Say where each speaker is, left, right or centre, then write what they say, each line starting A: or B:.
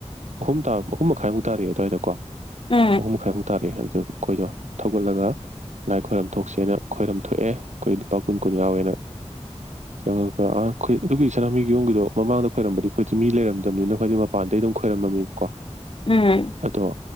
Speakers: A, on the right; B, on the left.
A: ꯑꯍꯨꯝ ꯑꯍꯨꯝ ꯃꯈꯥꯏꯃꯨꯛ ꯇꯥꯔꯛꯑꯦ ꯑꯗꯨ꯭ꯋꯥꯏꯗꯀꯣ
B: ꯎꯝ
A: ꯑꯍꯨꯝ ꯃꯈꯥꯏꯃꯨꯛ ꯇꯥꯔꯦ ꯍꯥꯏ ꯑꯩꯈꯣꯏꯗꯣ ꯊꯧꯒꯠꯂꯒ ꯂꯥꯏ ꯈꯣꯏꯔꯝ ꯊꯣꯛꯁꯦꯅ ꯈꯣꯏꯔꯝ ꯊꯣꯛꯑꯦ ꯑꯩꯈꯣꯏ ꯂꯨꯄꯥ ꯀꯨꯟ ꯀꯨꯟ ꯌꯥꯎꯋꯦꯅ ꯆꯪꯉꯒ ꯑꯈꯣꯏ ꯑꯗꯨꯒꯤ ꯁꯅꯥꯃꯤꯍꯤ ꯀꯤꯌꯣꯡꯒꯤꯗꯣ ꯃꯃꯥꯡꯗ ꯈꯣꯏꯔꯝꯕꯗꯤ ꯀꯨꯏꯗ꯭ꯔꯤ ꯃꯤ ꯂꯩꯔꯝꯃꯤ ꯗꯝꯅꯤꯅ ꯑꯩꯈꯣꯏꯗꯤ ꯃꯄꯥꯟꯗꯩ ꯑꯗꯨꯝ ꯈꯣꯏꯔꯝꯃꯝꯃꯦꯕꯀꯣ
B: ꯎꯝ ꯎꯝ
A: ꯑꯗꯣ